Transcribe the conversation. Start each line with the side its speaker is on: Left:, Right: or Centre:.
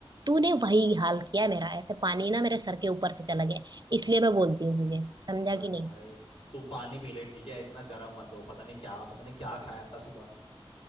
Right: तूने वही हाल किया है मेरा ऐसे पानी ना मेरे सर के ऊपर से चला गया है, इसलिए मैं बोलती हूँ तुझे समझा
Left: अरे
Right: कि नहीं
Left: भाई तू पानी पी ले ठीक है इतना गर्म मत हो पता नहीं क्या पता नहीं क्या खाया था सुबह